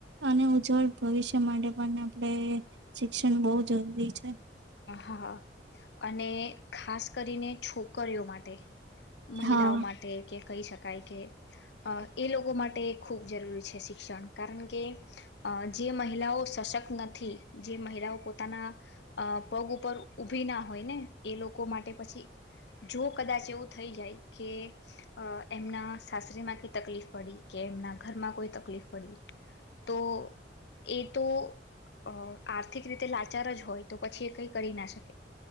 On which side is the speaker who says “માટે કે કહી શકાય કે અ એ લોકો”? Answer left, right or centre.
Left